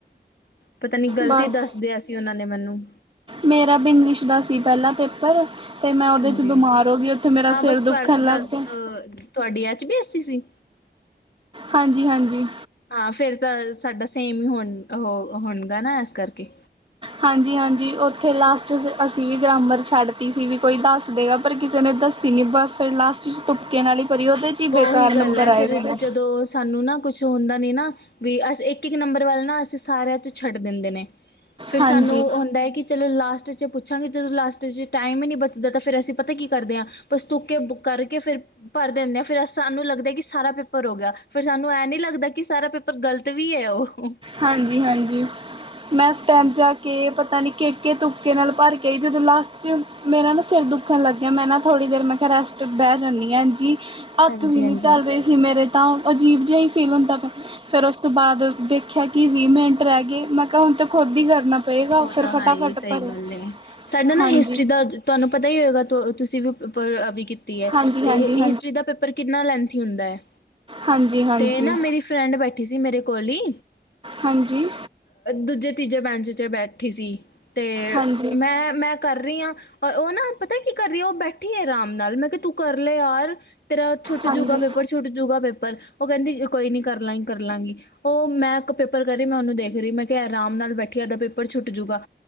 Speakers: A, on the left; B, on the right.
A: ਪਤਾ ਨੀ ਗ਼ਲਤੀ
B: ਬਸ
A: ਦੱਸ ਦਿਆਂ ਸੀ। ਉਹਨਾਂ ਨੇ ਮੈਨੂੰ
B: ਮੇਰਾ ਵੀ ਇੰਗਲਿਸ਼ ਦਾ ਸੀ ਪਹਿਲਾ ਪੇਪਰ ਤੇ ਮੈਂ ਉਹਦੇ
A: ਹਾਂਜੀ
B: ਚ ਬਿਮਾਰ ਹੋ ਗਈ। ਉੱਥੇ ਮੇਰਾ
A: ਹਾਂ
B: ਸਿਰ
A: ਬਸ
B: ਦੁੱਖਣ
A: ਦਾ
B: ਲੱਗ
A: ਤ-
B: ਪਿਆ।
A: ਤੁਹਾਡੀ ਅੱਚ-ਬੀ- ਐਸੀ-ਸੀ।
B: ਹਾਂਜੀ ਹਾਂਜੀ
A: ਹਾਂ ਫੇਰ ਤਾਂ ਸਾਡਾ ਸੇਮ ਹੀ ਹੋਣ-ਹੋਣਗਾ ਨਾ ਇਸ ਕਰਕੇ
B: ਹਾਂਜੀ ਹਾਂਜੀ। ਉੱਥੇ ਲਾਸਟ ਅਸੀਂ ਵੀ ਗਰਾਮਰ ਛੱਡ ਤ ਸੀ‌ ਵੀ ਕੋਈ ਦੱਸ ਦੇਗਾ, ਪਰ ਕਿਸੇ ਨੇ ਦੱਸ ਅਤੇ ਬਸ ਫਿਰ ਲਾਸਟ 'ਚ ਤੁੁਪਕੇ ਨਾਲ ਕਰੀ। ਉਹਦੇ 'ਚ ਹੀ
A: ਉਹੀ
B: ਬੇਕਾਰ
A: ਗੱਲ
B: ਨੰਬਰ
A: ਹੈ। ਫਿਰ
B: ਆਏ ਮੇਰੇ
A: ਜਦੋਂ ਸਾਨੂੰ ਨਾ ਕੁਛ ਹੁੰਦਾ ਨੀ ਨਾ। ਵੀ ਅਸੀ ਇੱਕ-ਇੱਕ ਨੰਬਰ ਵੱਲ ਨਾ ਅਸੀਂ ਸਾਰਿਆਂ ਚ ਛੱਡ ਦਿੰਦੇ ਨੇ, ਫੇਰ
B: ਹਾਂਜੀ
A: ਸਾਨੂੰ ਹੁੰਦਾ ਹੈ। ਕੀ ਚਲੋ ਲਾਸਟ 'ਚ ਪੁੱਛਾਂਗੇ। ਜਦੋਂ ਲਾਸਟ 'ਚ ਟਾਈਮ ਹੀ ਨਹੀਂ ਬਚਦਾ। ਤਾਂ ਫਿਰ ਅਸੀਂ ਪਤਾ ਕੀ ਕਰਦੇ ਹਾਂ ਬਸ ਤੂਕੇ ਕਰਕੇ ਫਿਰ ਭਰ ਦਿੰਦੇ ਆ। ਫਿਰ ਸਾਨੂੰ ਲੱਗਦਾ ਕਿ ਸਾਰਾ ਪੇਪਰ ਹੋ ਗਿਆ। ਫੇਰ ਸਾਨੂੰ ਇਹ ਨੀ ਲੱਗਦਾ ਕਿ, ਸਾਰਾ ਪੇਪਰ ਗ਼ਲਤ ਵੀ ਹੋਇਆ ਏ।
B: ਹਾਂਜੀ ਹਾਂਜੀ। ਬਸ ਪੁਹੰਚਾ ਕੇ ਪਤਾ ਨੀ ਕੇਕੇ ਤੁਕੇ ਨਾਲ ਭਰ ਕੇ ਆਈ ਜਦੋਂ ਲਾਸਟ ਚ, ਮੇਰਾ ਨਾ ਸਿਰ ਦੁੱਖਣ ਲੱਗ ਗਿਆ। ਮੈਂ ਨਾ ਥੋੜ੍ਹੀ ਦੇਰ ਮੈਂ ਰੈਸਟ ਬਹਿ ਜਾਂਦੀ ਹਾਂ। ਜੀ ਹੱਥ
A: ਹਾਂਜੀ
B: ਵੀ ਨਹੀਂ
A: ਹਾਂਜੀ
B: ਚੱਲ ਰਹੇ ਸੀ ਮੇਰੇ ਤਾਂ। ਅਜੀਬ ਜੀ ਹੀ ਫੀਲਗ ਹੁੰਦਾ ਪ, ਫਿਰ ਉਸ ਤੋਂ ਬਾਅਦ ਦੇਖ ਦੇਖਿਆ ਕਿ ਵੀਹ ਮਿੰਟ ਰਹਿ ਗਏ, ਮੈਂ ਕਿਹਾ ਹੁਣ ਤੇ ਖੁਦ ਹੀ ਕਰਨਾ ਪਏਗਾ
A: ਹੋ
B: ਫਿਰ
A: ਤਾਂ
B: ਫਟਾਫਟ
A: ਹੈ ਹੀ, ਸਹੀ
B: ਭਰਿਆ
A: ਗੱਲ ਏ, ਸਾਡਾ ਨਾ
B: ਹਾਂਜੀ
A: ਹਿਸਟਰੀ ਦਾ ਤੁਹਾਨੂੰ ਪਤਾ ਹੀ ਹੋਏਗਾ, ਤੁਸੀਂ ਪੜ੍ਹਾਈ ਵੀ ਕੀਤੀ ਹੈ।
B: ਹਾਂਜੀ
A: ਤੇ
B: ਹਾਂਜੀ ਹਾਂਜੀ
A: ਹਿਸਟਰੀ ਦਾ ਪੇਪਰ ਕਿੰਨਾ ਲੈਂਥੀ ਹੁੰਦਾ ਹੈ।
B: ਹਾਂਜੀ ਹਾਂਜੀ
A: ਤੇ ਨਾ ਮੇਰੀ ਫਰੈਂਡ ਬੈਠੀ ਸੀ। ਮੇਰੇ ਕੋਲ ਹੀ
B: ਹਾਂਜੀ
A: ਦੂਜੇ-ਤੀਜੇ ਬੈਂਚ 'ਚ ਬੈਠੀ ਸੀ, ਅਤੇ
B: ਹਾਂਜੀ
A: ਮੈਂ-ਮੈਂ ਕਰ ਰਹੀ ਹਾਂ। ਆ ਉਹ ਨਾ ਪਤਾ ਕੀ ਕਰ ਰੀ, ਉਹ ਬੈਠੀ ਆ ਆਰਾਮ ਨਾਲ। ਮੈਂ ਕਿਹਾ ਤੂੰ ਕਰ ਲੈ ਯਾਰ ਤੇਰਾ ਛੁੱਟ
B: ਹਾਂਜੀ
A: ਜੂਗਾ ਪੇਪਰ, ਛੁੱਟ ਜੂਗਾ ਪੇਪਰ, ਉਹ ਕਹਿੰਦੀ ਕੋਈ ਨੀ ਕਰ ਲਾਂਗੀ, ਕਰ ਲਾਂਗੀ ਉਹ ਮੈਂ ਇੱਕ ਪੇਪਰ ਕਹਿ ਰਹੀ। ਮੈਂ ਉਹਨੂੰ ਦੇਖ ਰਹੀ, ਮੈਂ ਕਿਹਾ ਆਰਾਮ ਨਾਲ ਬਠੀ ਇਹਦਾ ਪੇਪਰ ਛੁੱਟ ਜੂਗਾ।